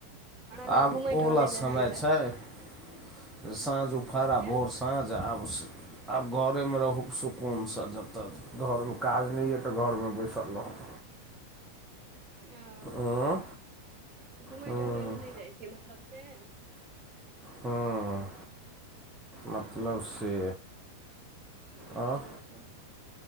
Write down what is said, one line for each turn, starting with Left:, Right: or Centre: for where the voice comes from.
Right: हमरा भेल
Centre: आब
Right: घुमै
Centre: ओबला
Right: टहलै लए
Centre: समय
Right: हैत जाइत
Centre: छै साँझ उफार
Right: तऽ
Centre: अ
Right: फेर
Centre: बोसँ साँझ आब-आब घरेमे रहू सुकूनसँ जतऽ घरमे काज नहि या तऽ घरमे बैसल रहों
Right: हूँ-घुमै
Centre: हँ हँ
Right: टहलै लए नहि जाइ छियै मतलब से
Centre: हाँ मतलब से
Right: देखियो
Centre: आओर
Right: त